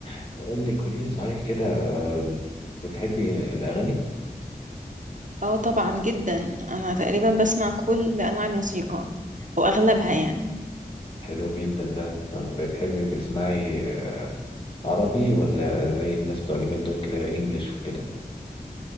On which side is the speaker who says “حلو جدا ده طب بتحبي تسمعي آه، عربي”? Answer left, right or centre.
Left